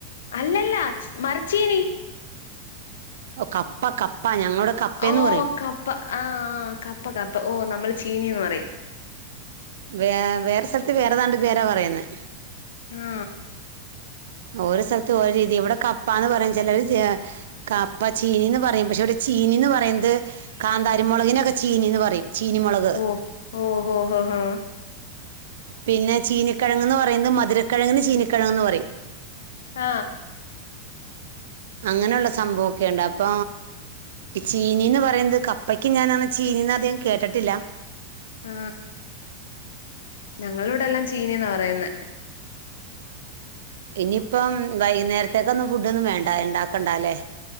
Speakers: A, on the left; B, on the right.
A: അല്ലല്ല ചി മരച്ചീനി
B: ഒ കപ്പ ക പ്പാ ഞങ്ങള്വ്ടെ കപ്പേന്ന്
A: ഓ
B: പറയും
A: കപ്പ ആ കപ്പ കപ്പ ഓ നമ്മള് ചീനീന്ന് പറയും
B: വേ വേറെ സ്ഥൽത്ത് വേറേതാണ്ട് പേരാ പറയ്‌ന്നെ
A: ആ
B: ഓരോ സ്ഥലത്ത് ഓരോ രീതി ഇവ്ടെ കപ്പാന്ന് പറയും ചെലര് ചെ കപ്പ ചീനീന്നും പറയും പക്ഷെ ഇവ്ടെ ചീനീ ന്ന് പറയുന്നത് കാന്താരി മൊളകിനൊക്കെ ചീനീ ന്ന് പറയും ചീനിമുളക്
A: ഓ ഓഹോ ഹ് ഹ്
B: പിന്നെ ചീനിക്കെഴങ്ങ്ന്ന് പറയ്ന്നത് മധുരക്കെഴങ്ങിന് ചീനിക്കെഴങ്ങ്ന്ന് പറയും
A: ആ
B: അങ്ങനൊള്ള സംഭവൊക്കെണ്ട് അപ്പ ചീനീന്ന് പറയ്ന്നത് കപ്പയ്ക്ക് ഞാന് ചീനീന്ന് അധികം കേട്ടിട്ടില്ല
A: ആ ഞങ്ങള് വിടെല്ലാം ചീനീന്നാ പറയുന്നെ
B: ഇനി ഇപ്പം വൈകുന്നേരത്തേക്കൊന്നും ഫുഡൊന്നും വേണ്ട ണ്ടാക്കണ്ടാല്ലേ